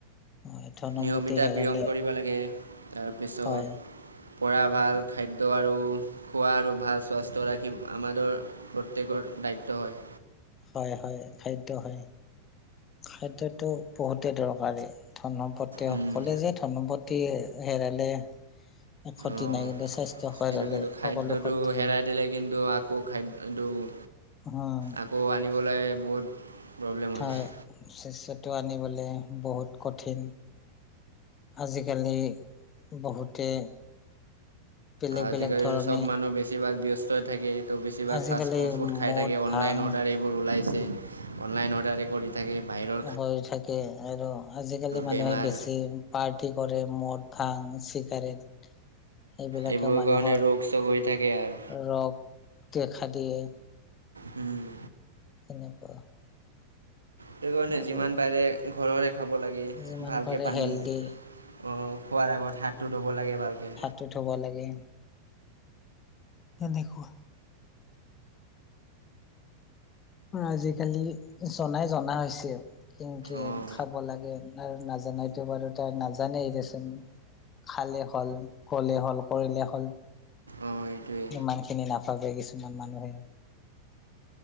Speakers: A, on the left; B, on the right.
A: হয় ধনপতি
B: নিয়মিতা
A: হেৰালে
B: ব্যায়াম কৰিব লাগে তাৰপিছত
A: হয়
B: পৰা ভাল খাদ্য আৰু খোৱা আৰু ভাল স্বাস্থ্য ৰাখি আমাৰ প্ৰত্যেকৰ দায়িত্ব হয়।
A: হয়- হয় খাদ্য হয়, খাদ্যটো বহুতেই দৰকাৰী। ধনপতি
B: উম,
A: অকলে যে, ধনপতি হেৰালে- ক্ষতি
B: অঁ
A: নাই। কিন্তু স্বাস্থ্য ক্ষয়
B: এইটো
A: হ'লে
B: কিন্তু খাদ্যটো
A: সকলো ক্ষতি।
B: হেৰাই দিলে কিন্তু আকৌ খাদ্যটো
A: অহ।
B: আকৌ আনিবলে বহুত। প্ৰব্লেম হৈ
A: হয়
B: যায়
A: স্বাস্থ্যটো আনিবলৈ বহুত কঠিন। আজিকালি বহুতে- বেলেগ
B: আজিকালিটো
A: বেলেগ ধৰণে
B: চব মানুহ বেছিভাগ ব্যস্তয়ে থাকে। তো বেছিভাগ
A: আজিকালি
B: ফাষ্ট ফুড খাই
A: মদ
B: থাকে অনলাইন
A: ভাং
B: অৰ্ডাৰ এইবোৰ ওলাইছে। অনলাইন অৰ্ডাৰে কৰি- থাকে বাহিৰত।
A: হয় থাকে আৰু আজিকালি মানুহে
B: বেমাৰ
A: বেছি। পাৰ্টি কৰে মদ ভাং চিগাৰেট। এইবিলাকেও
B: এইবোৰৰ
A: মানুহৰ
B: কাৰণে ৰোগ চোগ হৈ থাকে আৰু
A: ৰগ দেখাই দিয়ে।
B: উম।
A: তেনেকুৱা
B: সেইটো কাৰণে
A: আৰু
B: যিমান পাৰে ঘৰৰে খাব লাগে। কে
A: যিমান
B: ভালকে
A: পাৰে
B: পানী
A: হেল্ডি
B: অ খোৱাৰ আগত হাতটো ধুব লাগে ভালকে।
A: টো থব লাগে। তেনেকুৱা। আজিকালি জনাই জনা হৈছে কেনকে
B: অঁ
A: খাব লাগে। আৰু নাজানাইতো বাৰু তাৰ নাজানেই দেচোন খালেই হ'ল ক'লে হ'ল। কৰিলে হ'ল।
B: অঁ সেইটোৱে
A: ইমানখিনি নাভাবে কিছুমান মানুহে।